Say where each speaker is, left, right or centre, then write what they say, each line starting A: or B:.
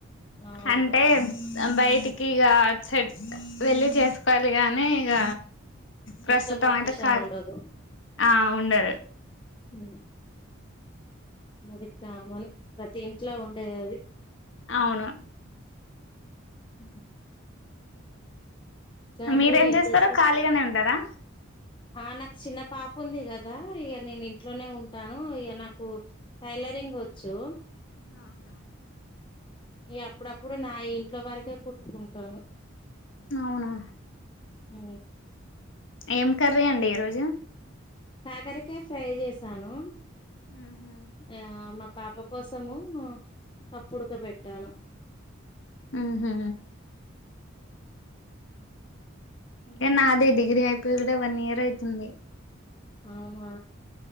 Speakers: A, on the left (about 25°); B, on the left (about 65°).
A: అవునా
B: అంటే బయటికి ఇగా అటు సైడ్ వెళ్ళి చేస్ కలిగానే ఇగ ప్రస్తుతం
A: ఇంకా పర్మిషన్
B: అయితే క
A: ఉండదు
B: ఆ ఉండదు
A: ఊ అది కామన్ ప్రతి ఇంట్లో ఉండే అది ఊ
B: అవును
A: ఉ అండి
B: మీరేం
A: ఏం
B: జేస్తరు
A: చేస్తున్నారు
B: ఖాళీగనే ఉంటరా
A: ఆ నాక్ చిన్న పాప ఉంది గదా ఇగ నేను ఇంట్లోనే ఉంటాను ఇగ నాకు టైలరింగ్ వోచ్చు
B: ఆహా
A: ఇగ అప్పుడప్పుడు నా ఇంట్లో వరకే కుట్టుకుంటాను.
B: అవునా
A: ఉ
B: ఏం కర్రీ అండి ఈరోజు
A: కాకరకాయ ఫ్రై చేశాను
B: ఉహు
A: ఆ మా పాప కోసము పప్పు ఉడకబెట్టాను
B: ఉహు ఏ నాది డిగ్రీ అయిపోయి కూడా వన్ ఇయర్ అవుతుంది
A: అవునా